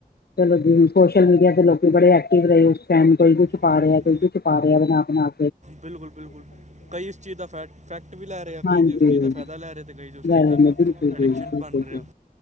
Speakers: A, on the left; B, on the right.
A: ਚਲੋ ਜੀ ਸੋਸ਼ਲ ਮੀਡੀਆ ਤੇ ਲੋਕੀ ਬੜੇ ਐਕਟਿਵ ਰਹੇ ਉਸ ਟਾਈਮ ਕੋਈ ਕੁਛ ਪਾ
B: ਹਾਂਜੀ
A: ਰਿਹਾ ਕੋਈ ਕੁਛ ਪਾ ਰਿਹਾ ਬਣਾ-ਬਣਾ
B: ਬਿਲਕੁਲ -ਬਿਲਕੁਲ ਕਈ ਇਸ ਚੀਜ਼ ਦਾ ਫੈ ਫੈਕਟ ਵੀ ਲੈ ਰਹੇ ਆ ਕਈ
A: ਹਾਂਜੀ
B: ਉਸ ਚੀਜ਼ ਦਾ ਫਾਇਦਾ ਲੈ ਰਹੇ ਤੇ ਕਈ ਉਸ
A: ਗੱਲ
B: ਚੀਜ਼ ਦਾ
A: ਨੇ ਬਿਲਕੁਲ- ਬਿਲਕੁਲ
B: ਐਡਿਕਸ਼ਨ
A: -ਬਿਲਕੁਲ
B: ਬਣ ਰਿਹਾ
A: ਜੀ-